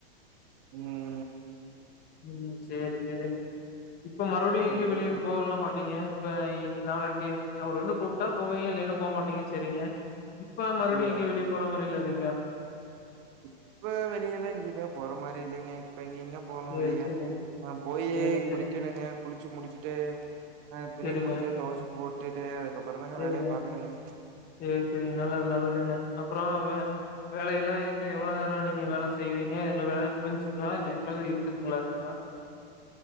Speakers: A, on the right; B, on the left.
A: ம்
B: ம் சேரி சேரிங்க இப்ப மறுபடியு
A: சேரி
B: எங்கயு வெளியும்
A: ஓ
B: போகல்லா மாட்டீங்க இப்ப நாளைக்கு அவரு வந்து கூப்டா போவீங்க இல்லைன போகமாட்டீங்க செரிங்க இப்ப மறுபடியு
A: ம்
B: எங்கயு வெளிய போற மாரி இல்ல இல்லைங்ளா
A: இப்ப வெளிய எல்லா எங்கயுமே போற மாரி இல்லைங்க இப்ப எங்கேங்க போணு
B: சேரி,
A: வெளிய
B: சேரிங்க.
A: நா போயே
B: சேரி, சேரிங்க.
A: குளிக்கணுங்க குளிச்சி முடிச்சிட்டு ஆ துணி
B: சேரிங்க,
A: முடிஞ்சா தோச போட்டுட்டு அதுக்கப்புறோ தாங்க
B: சேரிங்க.
A: வேலையே பாக்கணுங்க
B: சேரி சேரிங்க நல்லது நல்லதுங்க அப்றோ அது வேலை எல்லா என்ன எவ்ளோ நேரோ நீங்க வேல செய்வீங்க எல்லா வேலையு முடிஞ்சிங்ளா இல்ல இனி மேலு இருக்குதுங்ளா அதிகமா